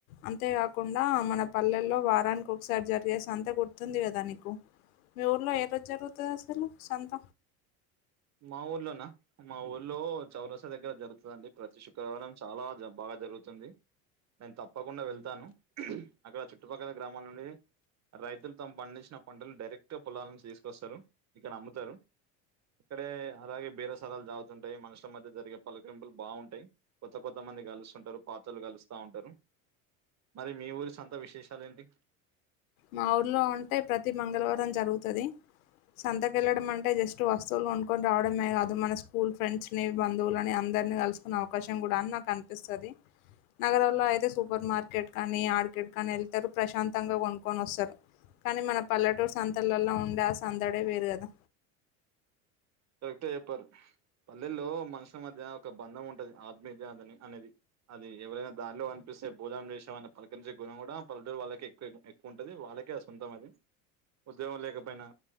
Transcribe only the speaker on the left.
అంతేకాకుండా మన పల్లెల్లో వారానికి ఒకసారి జరిగేసి అంతా గుర్తుంది కదా నీకు మీ ఊర్లో ఏ రోజు జరుగుతది అసలు సంత
మా ఊర్లో ఉంటే ప్రతి మంగళవారం జరుగుతది. సంతక్ ఏళ్లడం అంటే జస్ట్ వస్తువులు కొనుకోన్ రావడమే కాదు, మన స్కూల్ ఫ్రెండ్స్ ని బంధువులని అన్ అందరిని కలుసుకునే అవకాశం గూడా అని నాకు అనిపిస్తది. నగరంలో అయితే సూపర్ మార్కెట్ అనీ ఆర్కెట్ అని ఏళ్తారు ప్రశాంతంగా గొన్ కొనొస్తరు. కానీ మన పల్లెటూరు సంతలలో ఉండే ఆ సందడే వేరు గదా.